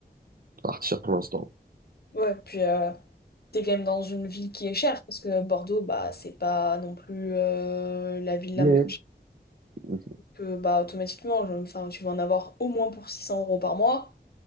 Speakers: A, on the right; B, on the left.
A: partir pour l'instant.
B: ouais. Puis, euh, t'es quand même dans une ville qui est chère, parce que Bordeaux, bah, c'est pas non plus euh, la ville
A: Mais
B: la moins chère
A: Ouais,
B: que, bah, automatiquement, je- enfin, tu vas en avoir au moins pour 600 euros par mois,